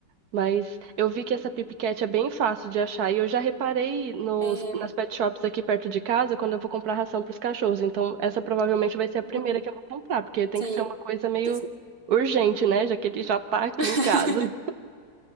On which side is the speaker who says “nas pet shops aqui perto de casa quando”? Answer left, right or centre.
Right